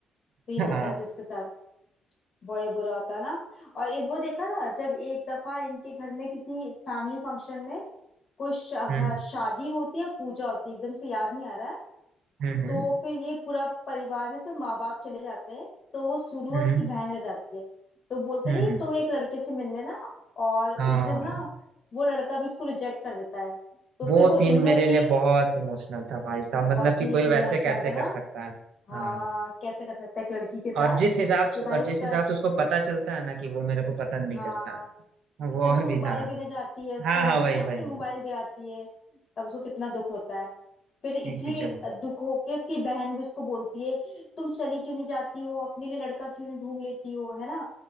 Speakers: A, on the left; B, on the right.
A: तो ये
B: हाँ
A: दिक्कत थी उसके साथ बड़े बुरा होता ना और एक वो देखा था जब एक दफा इनके घर में किसी फैमिली फंक्शन में कोई शा, हाँ,
B: हम्म
A: शादी होती है पूजा होती है एकदम से याद नहीं आ रहा है
B: हम्म हम्म
A: तो फिर ये पूरा परिवार में से माँ बाप चले जाते हैं तो वो सुरु
B: हम्म
A: और उसकी बहन रह जाती है तो बोलते
B: हम्म,
A: नहीं
B: हम्म,
A: तुम एक लड़के से मिल लेना और उस
B: हाँ
A: दिन ना वो लड़का भी इसको रिजेक्ट कर देता है तो
B: वो
A: फिर वो
B: सीन
A: इंदर
B: मेरे लिए
A: के
B: बहुत इमोशनल था भाई साहब
A: बहुत
B: मतलब कि
A: ही
B: कोई
A: इमोशनल
B: वैसे कैसे
A: था
B: कर
A: ना
B: सकता है
A: हाँ
B: हाँ
A: कैसे कर सकता है एक लड़की के साथ
B: और जिस हिसाब से
A: कि भाई
B: और जिस
A: उसका
B: हिसाब से उसको पता चलता है ना कि वो मेरे को पसंद नहीं
A: हाँ
B: करता वो
A: जब
B: और
A: वो मोबाइल
B: भी था
A: देने जाती है उसको
B: हाँ
A: नीचे
B: हाँ वही
A: ना
B: वही
A: कि मोबाइल दे आती है तब उसको कितना दुख होता है फिर इसी
B: पीठ पीछे में
A: दुख होके उसकी बहन भी उसको बोलती है तुम चली क्यों नहीं जाती हो अपने लिए लड़का क्यों नहीं ढूंढ लेती हो है ना